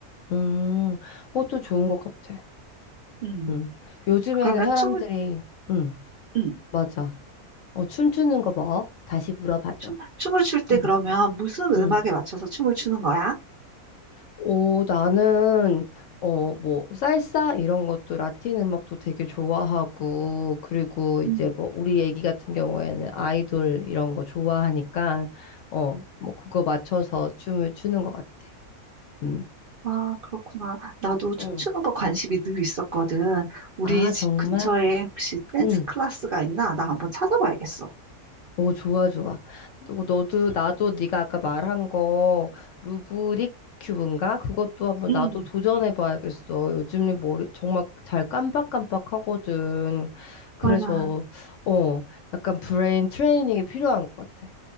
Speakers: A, on the left; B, on the right.
A: 음. 그것도 좋은 것 같아.
B: 음.
A: 음. 요즘에는
B: 그러면
A: 사람들이
B: 춤을,
A: 음.
B: 음.
A: 맞아. 어 춤추는 거 뭐? 다시 물어봐줘.
B: 춤, 춤을 출 때
A: 음.
B: 그러면 무슨 음악에
A: 음.
B: 맞춰서 춤을 추는 거야?
A: 오, 나는, 어, 뭐, 살사 이런 것도 라틴 음악도 되게 좋아하고, 그리고 이제
B: 음.
A: 뭐, 우리 애기 같은 경우에는 아이돌 이런 거 좋아하니까, 어, 뭐, 그거 맞춰서 춤을 추는 것 같아. 음.
B: 아, 그렇구나. 나도 춤추는
A: 응.
B: 거 관심이 늘 있었거든. 우리
A: 아,
B: 집
A: 정말?
B: 근처에 혹시 댄스
A: 응.
B: 클래스가 있나? 나 한번 찾아봐야겠어.
A: 오, 좋아, 좋아. 또 너도 나도 네가 아까 말한 거 루브릭 큐브인가? 그것도 한번
B: 음.
A: 나도 도전해 봐야겠어. 요즘에 머리 정말 잘 깜빡깜빡하거든. 그래서
B: 맞아.
A: 어, 약간 브레인 트레이닝이 필요한 것 같아.